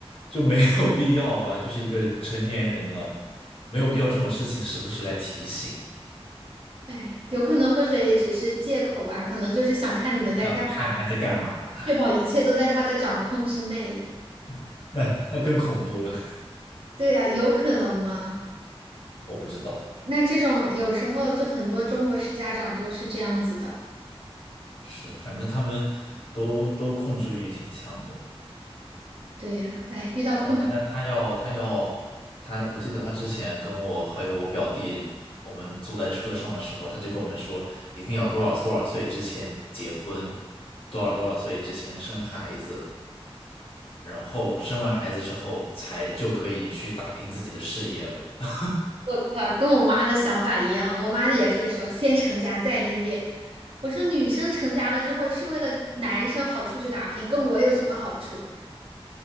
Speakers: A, on the left (about 65°); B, on the right (about 60°).
A: 就没有必要啊，就是一个成年人了，没有必要这种事情时不时来提醒，
B: 哎，有可能喝水也只是借口吧，可能就是想看你们在干嘛，
A: 想看看在干嘛，
B: 确保一切都在他的掌控之内。
A: <laughs> 那那更恐怖了。
B: 对呀，有可能吗？
A: 我不知道，
B: 那这种有时候就很多中国式家长都是这样子的。
A: 是反正他们都都控制欲挺强的。
B: 对呀，哎，遇到控制。
A: 然后他他要他要他，我记得他之前跟我还有我表弟，我们坐在车上的时候，他就跟我们说，一定要多少多少岁之前结婚，多少多少岁之前生孩子，然后生完孩子之后才就可以去打拼自己的事业了。<laughs>
B: 我靠，跟我妈的想法一样，我妈也是说先成家再立业。我说女生成家了之后是为了男生好出去打拼，跟我有什么好处？